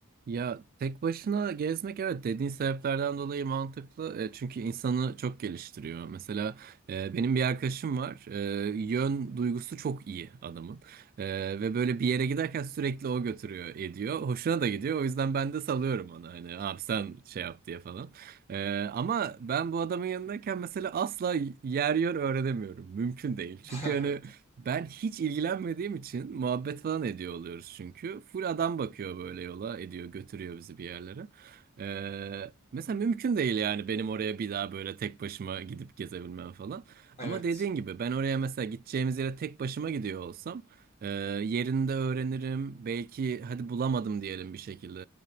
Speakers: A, on the right; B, on the left.
A: Ya tek başına gezmek evet dediğin sebeplerden dolayı mantıklı. E, çünkü insanı çok geliştiriyor. Mesela e, benim bir arkadaşım var. E, yön duygusu çok iyi adamın. E, ve böyle bir yere giderken sürekli o götürüyor ediyor. Hoşuna da gidiyor. O yüzden ben de salıyorum ona. Hani abi sen şey yap diye falan. E, ama ben bu adamın yanındayken mesela asla yer yön öğrenemiyorum. Mümkün değil.
B: <laughs>
A: Çünkü hani
B: Evet.
A: ben hiç ilgilenmediğim için muhabbet falan ediyor oluyoruz çünkü. Full adam bakıyor böyle yola ediyor götürüyor bizi bir yerlere. Ee, mesela mümkün değil yani benim oraya bir daha böyle tek başıma gidip gezebilmem falan.
B: Evet.
A: Ama dediğin gibi ben oraya mesela gideceğimiz yere tek başıma gidiyor olsam e, yerinde öğrenirim. Belki hadi bulamadım diyelim bir şekilde.